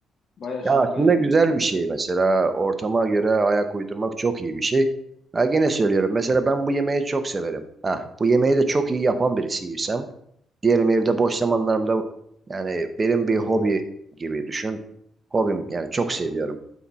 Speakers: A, on the left; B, on the right.
A: Bayağı çabuk
B: Ya aslında
A: ayak
B: güzel
A: uyduruyorum.
B: bir şey mesela ortama göre ayak uydurmak çok iyi bir şey. Ha gene söylüyorum mesela ben bu yemeği çok severim. Ha bu yemeği de çok iyi yapan birisiysem diyelim evde boş zamanlarımda yani benim bir hobi gibi düşün. Hobim yani çok
A: Aha.
B: seviyorum.